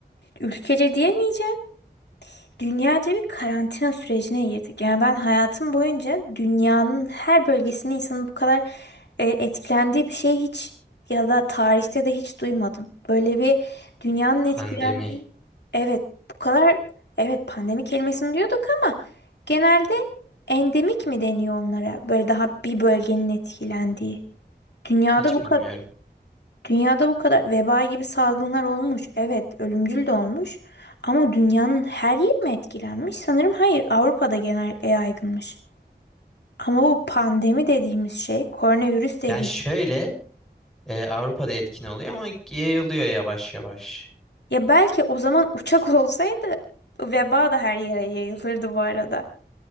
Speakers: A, on the left; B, in the centre.
A: Ülkece diyemeyeceğim. Dünyaca bir karantina sürecine girdik. Yani ben hayatım boyunca dünyanın her bölgesinde insanın bu kadar e, etkilendiği bir şey hiç ya da tarihte de hiç duymadım. Böyle bir dünyanın
B: Pandemi.
A: etkilendiği. Evet, bu kadar evet pandemi kelimesini diyorduk ama genelde endemik mi deniyor onlara? Böyle daha bir bölgenin etkilendiği. Dünyada
B: Hiç
A: bu
B: bilmiyorum.
A: kadar Dünyada bu kadar veba gibi salgınlar olmuş. Evet, ölümcül de olmuş. Ama dünyanın her yeri mi etkilenmiş? Sanırım hayır, Avrupa'da genellikle yaygınmış. Ama bu pandemi dediğimiz şey, koronavirüs dediğim.
B: Yani şöyle e, Avrupa'da etkin oluyor ama yayılıyor yavaş yavaş.
A: Ya belki o zaman uçak <laughs> olsaydı veba da her yere yayılırdı bu arada.